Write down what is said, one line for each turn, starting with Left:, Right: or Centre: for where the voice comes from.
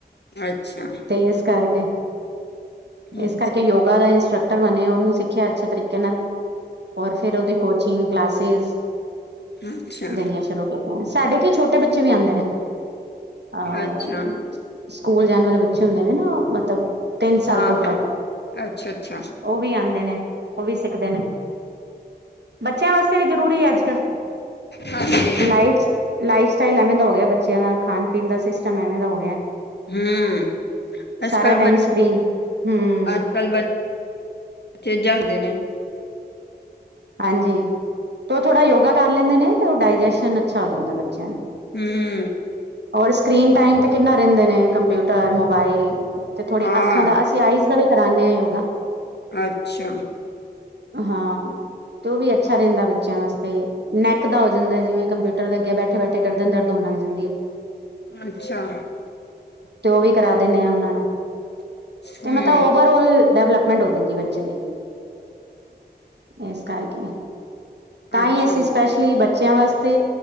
Left: ਅੱਛਾ
Right: ਤੇ, ਇਸ ਕਰਕੇ।
Left: ਹੂੰ,
Right: ਇਸ ਕਰਕੇ ਯੋਗਾ, ਦਾ ਇੰਸਟਰਕਟਰ ਬਣੇਿਆ। ਉਹਨੂੰ ਸਿੱਖਿਆ, ਅੱਛੇ ਤਰੀਕੇ ਨਾਲ, ਔਰ ਫੇਰ ਉਹਦੀ। ਕੋਚਿੰਗ, ਕਲਾਸਿਸ
Left: ਅੱਛਾ
Right: ਦੇਨਿਆਂ। ਸ਼ੁਰੂ, ਸਾਡੇ ਕੀ ਛੋਟੇ ਬੱਚੇ ਵੀ, ਆਉਂਦੇ ਨੇ। ਅਹ।
Left: ਅੱਛਾ
Right: ਸਕੂਲ ਜਾਣ ਵਾਲੇ, ਬੱਚੇ ਹੁੰਦੇ ਨੇ ਨਾ, ਮਤਲਬ। ਤਿੰਨ ਸਾਲ
Left: ਹਾਂ
Right: ਤੋਂ ਉੱਪਰ,
Left: ਹਾਂ ਅੱਛਾ ਅੱਛਾ
Right: ਉਹ ਵੀ ਆਉਂਦੇ ਨੇ, ਉਹ ਵੀ ਸਿੱਖਦੇ ਨੇ। ਬੱਚਿਆਂ ਵਾਸਤੇ ਵੀ ਜ਼ਰੂਰੀ ਹੈ ਅੱਜ ਕੱਲ
Left: ਹਾਂਜੀ
Right: ਲਾਈਫ ਲਾਈਫ ਸਟਾਈਲ ਐਵੇਂ ਦਾ ਹੋ ਗਿਆ ਬੱਚਿਆਂ ਦਾ ਖਾਣ ਪੀਣ ਦਾ ਸਿਸਟਮ ਐਵੇਂ ਦਾ ਹੋ ਗਿਆ
Left: ਹੂੰ।
Right: ਸਾਰਾ
Left: ਅੱਜ ਕੱਲ
Right: ਟਾਈਮ
Left: ਬੱਚੀ,
Right: ਸਕਰੀਨ ਹੂੰ
Left: ਅੱਜ ਕੱਲ ਬ- ਬੱਚੇ ਜਾਂਦੇ ਨੇ।
Right: ਹਾਂਜੀ। ਤੇ ਉਹ ਥੋੜਾ, ਯੋਗਾ ਕਰ ਲੈਂਦੇ ਨੇ। ਤੇ ਉਹ, ਡਾਇਜੈਸ਼ਨ ਅੱਛਾ, ਹੋ ਜਾਂਦਾ ਬੱਚਿਆਂ ਦਾ।
Left: ਹੂੰ।
Right: ਔਰ ਸਕਰੀਨ ਟਾਈਮ, ਤੇ ਕਿੰਨਾ ਰਹਿੰਦੇ ਨੇ? Computer, mobile. ਤੇ ਥੋੜੀ,
Left: ਹਾਂ
Right: ਅੱਖਾਂ ਦਾ, ਅਸੀਂ ਆਈਜ਼ ਦਾ ਵੀ, ਕਰਾਉਂਦੇ ਹਾਂ ਯੋਗਾ।
Left: ਅੱਛਾ।
Right: ਹਾਂ। ਤੇ ਉਹ ਵੀ, ਅੱਛਾ ਰਹਿੰਦਾ, ਬੱਚਿਆਂ ਵਾਸਤੇ। ਨੈਕ ਦਾ ਹੋ ਜਾਂਦਾ ਜਿਵੇਂ ਕੰਪਿਊਟਰ ਦੇ ਅੱਗੇ ਬੈਠੇ ਬੈਠੇ ਗਰਦਨ ਦਰਦ ਹੋਣ ਲੱਗ ਜਾਂਦੀ ਹੈ
Left: ਅੱਛਾ
Right: ਤੇ ਉਹ ਵੀ ਕਰਾ ਦਿੰਦੇ ਆ ਉਹਨਾਂ ਨੂੰ ਤੇ
Left: ਹੂੰ
Right: ਮਤਲਬ ਓਵਰਲ ਡਵਲਪ ਗੰਢ ਹੋ ਜਾਂਦੀ ਬੱਚੇ ਦੀ ਇਸ ਕਰਕੇ ਤਾਂ
Left: ਅੱਛਾ
Right: ਹੀ ਅਸੀਂ ਸਪੈਸ਼ਲੀ ਬੱਚਿਆਂ ਵਾਸਤੇ